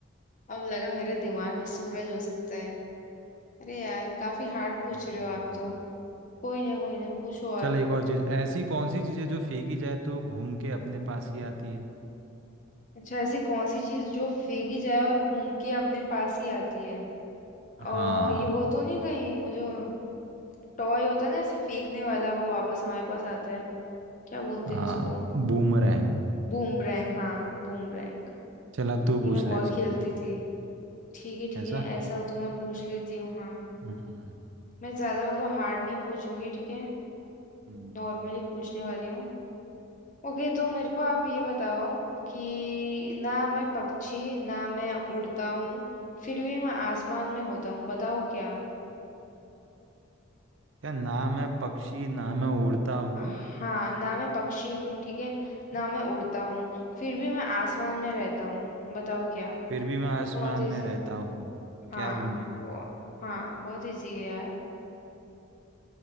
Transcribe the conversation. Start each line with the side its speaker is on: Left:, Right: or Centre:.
Left: अब लगा मेरे दिमाग ही सूरज हो सकता है अरे यार काफी हार्ड पूछ
Right: हम्म
Left: रहे हो आप तो कोई ना कोई ना पूछो और
Right: चल एक और चीज ऐसी कौन सी चीजें जो फेंकी जाए तो घूम के अपने पास ही आती है
Left: अच्छा ऐसी कौन सी चीज जो फेंकी जाए और घूम के अपने पास ही आती है और
Right: हाँ
Left: ये वो तो नहीं कहीं वो जो टॉय होता है ना ऐसे फेंकने वाला वो वापस हमारे पास आता है क्या बोलते
Right: हाँ
Left: हैं उसको
Right: बूमरैंग
Left: बूमरैंग हाँ बूमरैंग
Right: चल अब तू पूछ
Left: ये मैं बहुत
Right: ले ऐसा
Left: खेलती
Right: हो तो
Left: थी ठीक है ठीक
Right: ऐसा
Left: है ऐसा हो तो मैं पूछ लेती हूँ हाँ
Right: हम्म
Left: मैं ज्यादा मतलब हार्ड नहीं पूछूंगी ठीक है
Right: हम्म।
Left: नॉर्मली पूछने वाली हूँ ओके तो मेरे को आप ये बताओ कि ना मैं पक्षी ना मैं उड़ता हूँ फिर भी मैं आसमान में होता हूँ बताओ क्या
Right: क्या ना मैं पक्षी ना मैं उड़ता हूँ
Left: हाँ ना मैं पक्षी हूँ ठीक है ना मैं उड़ता हूँ फिर भी मैं आसमान में रहता हूँ बताओ क्या
Right: फिर भी मैं आसमान
Left: बहुत इजी
Right: में रहता हूँ
Left: हाँ
Right: क्या हूँ मैं
Left: वो हाँ बहुत इजी है यार